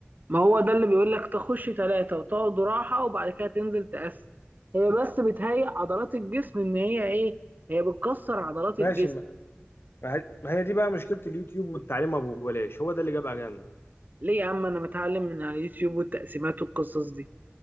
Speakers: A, on the right (about 45°); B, on the left (about 65°).
A: ما هو ده اللي بيقول لك تخش ثلاثه وتقعد راحه وبعد كده تنزل تقسم هي بس بتهيئ عضلات الجسم ان هي ايه هي بتكسر عضلات
B: ماشي
A: الجسم
B: ما ما هي ما هي دي بقى مشكله اليوتيوب والتعليم ابو بلاش هو ده اللي جاب اجلنا
A: ليه يا عم انا متعلم من على اليوتيوب والتقسيمات والقصص دي